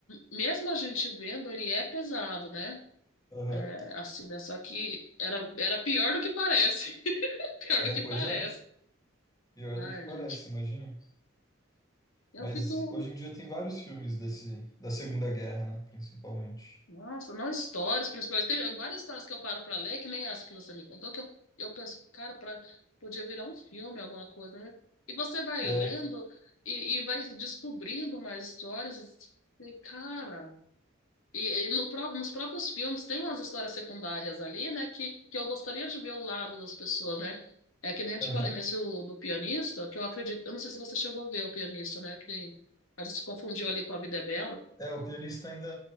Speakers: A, on the left; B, on the left.
A: mesmo a gente vendo, ele é pesado, né?
B: Aham.
A: É, assim, né? Só que era, era pior do que parece. <laughs> Pior
B: É,
A: do que
B: pois
A: parece.
B: é. Pior
A: Ai,
B: do que parece,
A: gente.
B: imagina.
A: Eu
B: Mas
A: fico.
B: hoje em dia tem vários filmes desse, da Segunda Guerra, né? Principalmente.
A: Nossa, não histórias, principalmente. Tem várias histórias que eu paro pra ler, que nem essa que você me contou, que eu, eu penso, cara, pra, podia virar um filme, alguma coisa, né? E você vai
B: É,
A: lendo e, e vai descobrindo mais histórias. E, cara, e, e no, pró- nos próprios filmes tem umas histórias secundárias ali, né? Que, que eu gostaria de ver o lado das pessoas, né? É que nem eu te
B: aham.
A: falei nesse o- do pianista, que eu acredito. Eu não sei se você chegou a ver o pianista, né? Que nem, a gente se confundiu ali com A Vida é Bela.
B: É, o pianista ainda.